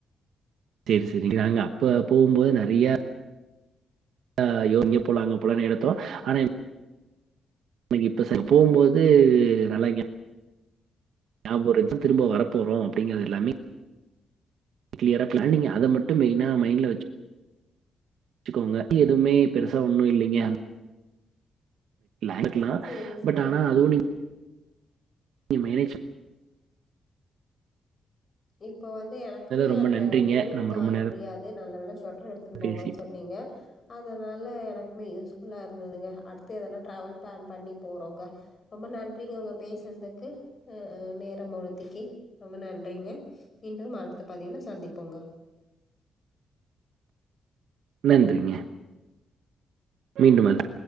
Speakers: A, on the right; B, on the left.
A: செரி செரி நாங்க அப்ப போகும்போது நெறைய ஆ யோ இங்க போலாங்க போலனு எடுத்தோம் ஆனா எனக்கு இப்ப போகும்போது நல்லாருக்கய ஞாபம் இருக்கு திரும்ப வர போறோம் அப்படிங்கறது எல்லாமே கிளியரா பிளானிங் அதை மட்டும் மெயினா மைண்டல வச்சுக்கோங்க எதுவுமே பெருசா ஒண்ணும் இல்லைங்க இருக்கலாம்
B: சரி, சரிங்க.
A: பட் ஆனா அதுவும் நீங்க நீ மேரேஜ்
B: இப் இப்போ வந்து எனக்குமே
A: ரொம்ப
B: அந்த
A: நன்றிங்க
B: குளிர்
A: நம்ம
B: தாங்க
A: ரொம்ப நேரம்
B: முடியாது நல்ல வேல எடுத்து
A: பேசி
B: போங்க சொன்னீங்க அதனால எனக்குமே யூஸ் யூஸ் ஃபுல்லாக இருந்ததுங்க அடுத்து எதனா ட்ராவல் பிளான் பண்ணி போகிறோங்க ரொம்ப நன்றிங்க உங்க பேசுதுக்கு நேரம் ஒதுக்கி ரொம்ப நன்றிங்க இன்னும் அடுத்த பதிவுல சந்திப்போங்க
A: நன்றிங்க மீண்டும் வேண்டா